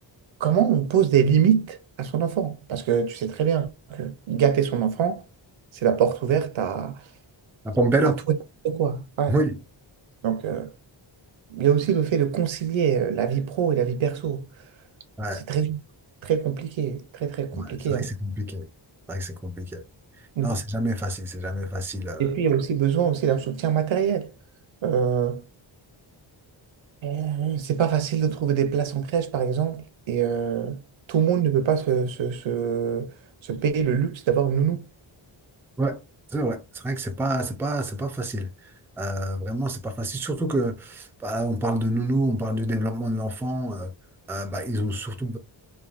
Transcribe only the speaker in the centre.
La pompe
up.
Oui.
Ouais,
ouais, c'est vrai
que c'est compliqué. C'est vrai que c'est compliqué.
Non, c'est jamais facile, c'est jamais facile. euh.
Ouais, c'est vrai. C'est vrai que c'est pas, c'est pas, c'est pas facile. Euh, vraiment, c'est pas facile. Surtout que, bah, on parle de nounou, on parle du développement de l'enfant. euh, euh, bah, ils ont surtout,